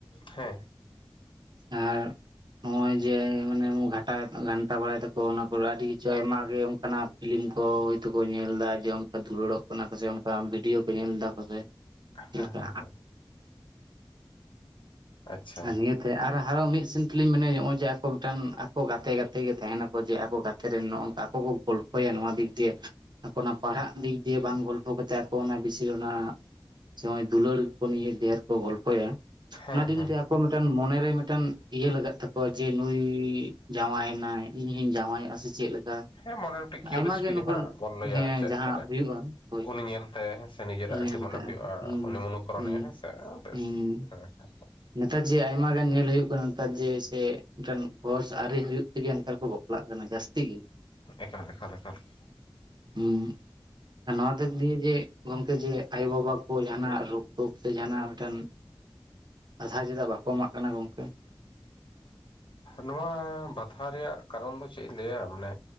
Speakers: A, on the left; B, on the right.
A: ᱦᱮᱸ
B: ᱟᱨ ᱱᱚᱜᱚᱭ ᱡᱮ ᱢᱟᱱᱮ ᱜᱷᱟᱴᱟ ᱜᱷᱟᱱᱴᱟ ᱵᱟᱲᱟᱭ ᱫᱟᱠᱚ ᱚᱱᱟ ᱠᱚ ᱟᱹᱰᱤ ᱠᱤᱪᱷᱩ ᱟᱭᱢᱟᱜ ᱜᱮ ᱚᱱᱠᱟᱱᱟᱜ ᱯᱷᱤᱞᱤᱢ ᱠᱚ ᱦᱳᱭ ᱛᱚ ᱠᱚ ᱧᱮᱞ ᱫᱟ ᱡᱮ ᱚᱱᱠᱟ ᱫᱩᱞᱟᱹᱲᱚᱜ ᱠᱟᱱᱟ ᱠᱚᱥᱮ ᱚᱱᱠᱟ ᱵᱷᱤᱰᱤᱭᱳ ᱠᱚ ᱧᱮᱞ ᱫᱟ ᱠᱚ ᱥᱮ
A: ᱦᱮᱸ
B: ᱪᱮᱫ ᱞᱮᱠᱟ
A: ᱦᱮᱸ ᱦᱮᱸᱸ ᱟᱪᱪᱷᱟ
B: ᱦᱮᱸᱱᱤᱭᱚ ᱟᱨ ᱦᱟᱣ ᱢᱤᱫ ᱥᱮᱱ ᱛᱮᱞᱤᱧ ᱢᱮᱱᱟ ᱱᱚᱜᱼᱚᱭ ᱡᱮ ᱟᱠᱚ ᱢᱤᱫᱴᱟᱝ ᱟᱠᱚ ᱜᱟᱛᱮ ᱜᱟᱛᱮ ᱜᱮ ᱛᱟᱦᱮᱱᱟᱠᱚ ᱡᱮ ᱟᱠᱚ ᱜᱟᱛᱮ ᱛᱮ ᱨᱮ ᱱᱚᱜᱝᱠᱟ ᱟᱠᱚ ᱠᱚ ᱜᱚᱞᱯᱷᱚᱭᱟ ᱱᱚᱣᱟ ᱫᱤᱠ ᱫᱤᱭᱮ ᱟᱠᱚ ᱚᱱᱟ ᱯᱟᱲᱦᱟᱜ ᱫᱤᱠ ᱫᱤᱭᱮ ᱵᱟᱝ ᱜᱚᱞᱯᱚ ᱠᱟᱛᱮᱫ ᱟᱠᱚ ᱚᱱᱟ ᱵᱤᱥᱤ ᱚᱱᱟ ᱟᱪᱷᱟ ᱫᱩᱞᱟᱹᱲ ᱠᱚ ᱱᱤᱭ ᱰᱷᱮᱨ ᱠᱚ ᱜᱚᱞᱯᱷᱚᱭᱟ
A: ᱦᱮᱸ
B: ᱚᱱᱟ
A: ᱦᱮᱸ
B: ᱢᱤᱫᱴᱮᱱ ᱢᱚᱱᱮᱨᱮ ᱢᱤᱫᱴᱟᱱ ᱤᱭᱟᱹ ᱞᱟᱜᱟᱜ ᱛᱟᱠᱚᱣᱟ ᱡᱮ ᱱᱩᱭ ᱡᱟᱶᱢᱟᱭᱮᱱᱟᱭ ᱤᱧ ᱦᱚᱧ ᱡᱟᱶᱢᱟᱭᱟᱜ ᱥᱮ ᱪᱮ ᱞᱮᱠᱟ
A: ᱦᱮᱸ ᱢᱚᱱᱮ ᱢᱤᱫᱴᱤ
B: ᱟᱭᱢᱟ
A: ᱠᱩᱨᱤᱥᱴᱤ
B: ᱜᱮ ᱱᱚᱝᱠᱟᱱ
A: ᱡᱟᱦᱟᱸ ᱵᱚᱱ ᱞᱟᱹᱭ
B: ᱦᱮᱸ
A: ᱟᱜ
B: ᱡᱟᱦᱟᱸ
A: ᱢᱟᱱᱮ
B: ᱦᱩᱭᱩᱜᱼᱟ ᱦᱳᱭ
A: ᱩᱱᱤ ᱧᱮᱞᱛᱮ ᱦᱮᱸ ᱥᱮ ᱱᱤᱡᱮᱨᱟᱜ
B: ᱧᱮᱞ
A: ᱠᱟᱹᱴᱤᱡ
B: ᱠᱟᱜᱼᱟ
A: ᱢᱚᱱᱮ ᱦᱩᱭᱩᱜᱼᱟ
B: ᱦᱩᱸ
A: ᱩᱱᱤ ᱢᱚᱱᱩᱠᱚᱨᱚᱱᱮᱭᱟ
B: ᱦᱩᱸ
A: ᱦᱮᱸᱥᱮ ᱵᱮᱥ
B: ᱦᱩᱸ
A: ᱟᱪᱷᱟ <unintelligible>
B: ᱱᱮᱛᱟᱨ ᱡᱮ ᱟᱭᱢᱟ ᱜᱟᱱ ᱧᱮᱞ ᱦᱩᱭᱩᱜ ᱠᱟᱱᱟ ᱱᱮᱛᱟᱨ ᱡᱮ ᱥᱮ ᱢᱤᱫᱴᱟᱝ ᱵᱚᱥ ᱟᱹᱨᱤ ᱦᱩᱭᱩᱜ ᱛᱮᱜᱮ ᱱᱮᱛᱟᱨ ᱠᱚ ᱪᱟᱞᱟᱜ ᱠᱟᱱᱟ ᱡᱟᱹᱥᱛᱤ ᱜᱮ
A: ᱮᱠᱷᱚᱱ ᱮᱠᱷᱚᱱ ᱮᱠᱷᱚᱱ <unintelligible>
B: ᱦᱩᱸ ᱱᱚᱣᱟ ᱫᱤᱠ ᱫᱤᱭᱮ ᱡᱮ ᱜᱚᱝᱠᱮ ᱡᱮ ᱟᱭᱳ ᱵᱟᱵᱟ ᱠᱚ ᱡᱟᱦᱱᱟᱜ ᱨᱳᱜ ᱴᱳᱜ ᱛᱮ ᱡᱟᱦᱱᱟᱜ ᱢᱤᱫᱴᱟᱝ ᱠᱟᱫᱷᱟ ᱪᱮᱫᱟᱜ ᱵᱟᱠᱚ ᱮᱢᱟᱜ ᱠᱟᱱᱟ ᱜᱚᱝᱠᱮ
A: ᱱᱚᱣᱟ ᱵᱟᱛᱷᱟ ᱨᱮᱭᱟᱜ ᱠᱟᱨᱚᱱ ᱫᱚ ᱪᱮᱫ ᱤᱧ ᱞᱟᱹᱭᱟ ᱢᱟᱱᱮ